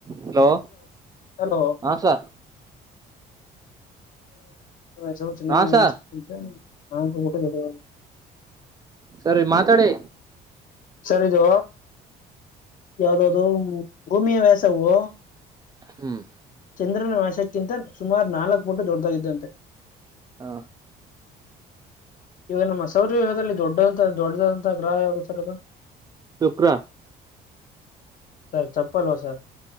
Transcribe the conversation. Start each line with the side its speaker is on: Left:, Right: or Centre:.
Right: hello
Left: hello
Right: ಹಾ sir
Left: ಚಂತನಾ
Right: ಹಾ
Left: ಗರ
Right: ಸರ್
Left: <inaudible>
Right: ಸರಿ ಮಾತಾಡಿ
Left: ಸರಿದ ಯಾವ್ದದು ಭೂಮಿಯ ವ್ಯಾಸವು
Right: ಹ್ಮ್
Left: ಚಂದ್ರನ ವಶಕ್ಕಿಂತ ಸುಾಮರ್ ನಾಲ್ಕ್ ಪುಟ್ಟು ದೊಡ್ಡ್ದಾಗಿದ್ದಂತೆ
Right: ಹಾ
Left: ಈವ ನಮ್ಮ ಸೌರ್ಯಹದಲ್ಲಿ ದೊಡ್ಡಂತ ದೊಡದಂತಹ ಗ್ರಹ ಯಾವವುದ ಸರ್ ಅದು
Right: ಶುಕ್ರ
Left: ಚಪ್ಪಲು ವಸಾದ